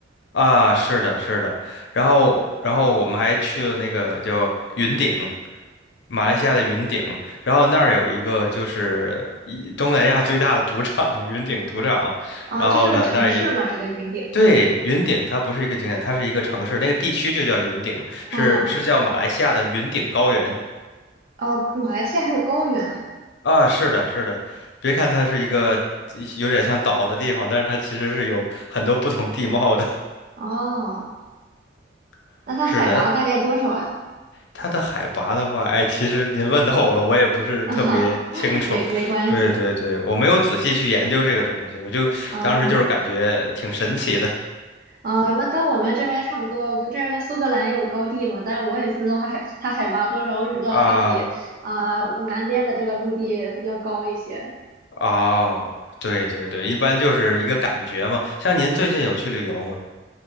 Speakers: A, on the left; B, on the right.
A: 啊，是的，是的。然后，然后我们还去了那个叫云顶，马来西亚的云顶。
B: 啊
A: 然后那儿有一个就是一东南亚最大的赌场，<laughs> 云顶赌场。
B: 啊，
A: 然后呢，
B: 这是个城市嘛？
A: 那儿也。
B: 这个云顶。
A: 对，云顶它不是一个景点，它是一个城市，那个地区就叫云顶，
B: 嗯，
A: 是是叫马来西亚的云顶高原
B: 哦，马来西亚还有高原。
A: 啊。是的，是的，别看它是一个有点像岛的地方，但是它其实是有很多不同地貌的。
B: 哦，
A: <laughs>
B: 那它海拔大概多少呀？
A: 是的，它的海拔的话，哎，其实您问到我了，我也不是特别清楚。
B: <laughs> 啊，没没关系。
A: 对对对，我没有仔细去研究这个东西，我就当时就是感觉挺神奇的
B: 啊啊，那跟我们这边差不多。我们这边苏格兰也有高地嘛，但是我也不知道它海 <laughs> 它海拔多少，我只知道它比啊、
A: 啊。
B: 呃南边的这个陆地要高一些。
A: 哦，对对对，一般就是一个感觉嘛。像您最近有去旅游吗？